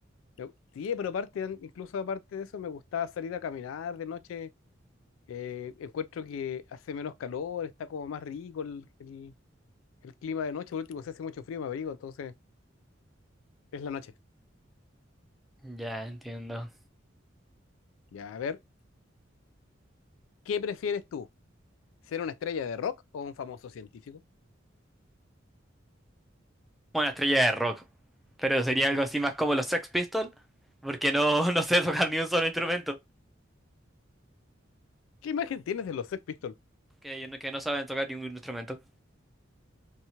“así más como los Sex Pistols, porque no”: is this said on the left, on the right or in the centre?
Centre